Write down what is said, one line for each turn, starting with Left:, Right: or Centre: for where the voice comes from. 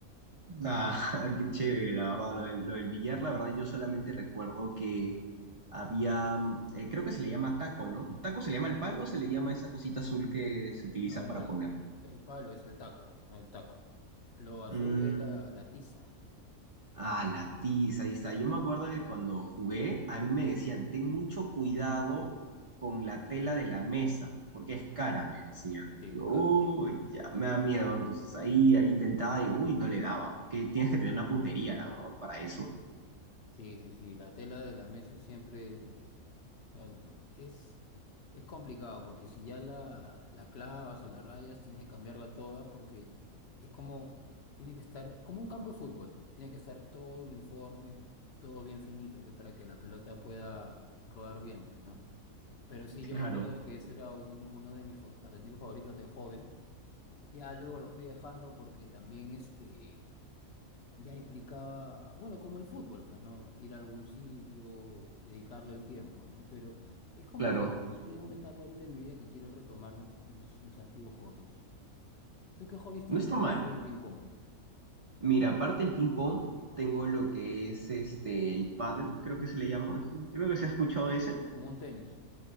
Right: Ah, <laughs> qué chévere, la verdad. Lo del, lo del billar, la verdad, yo solamente recuerdo que había, eh, creo que se le llama taco, ¿no? ¿Taco se le llama el palo o se le llama esa cosita azul que se utiliza
Left: No, no,
Right: para
Left: el,
Right: poner?
Left: el palo es el taco, pues, no el taco. Lo azul
Right: Mm,
Left: es la, la tiza,
Right: Ah, la tiza, ahí está.
Left: claro.
Right: Yo me acuerdo que cuando jugué, a mí me decían, ten mucho cuidado con la tela de la mesa, porque es cara, me decían.
Left: Sí,
Right: Yo,
Left: es cara.
Right: uy, ya, me da miedo. Entonces ahí, ahí intentaba y, uy, no le daba. Que tienes que tener una puntería, la verdad, para eso.
Left: Sí, sí, sí, la tela de la mesa siempre eh, ah, no, es, es complicado porque si ya la, la clavas o la rayas, tienes que cambiarla toda porque es como, tiene que estar, como un campo de fútbol, tiene que estar todo uniforme, todo bien finito, que es para que la pelota pueda rodar bien, pues, ¿no? Pero sí,
Right: Claro.
Left: yo me acuerdo que ese era un- uno de mis fa- pasatiempos favoritos de joven Ya luego lo fui dejando porque también este ya implicaba, bueno, como el fútbol, pues, ¿no? Ir a algún sitio, eh, dedicarle el tiempo, ¿no? Pero es como
Right: Claro,
Left: que estoy en una etapa ahorita de mi vida que quiero retomar mis, mis, mis antiguos hobbies. ¿Tú qué hobbies tienes
Right: no está
Left: aparte
Right: mal.
Left: del ping-pong?
Right: Mira, aparte del ping-pong, tengo lo que es este, el paddle creo que se le llama. Creo que se ha escuchado ese.
Left: Como un tenis.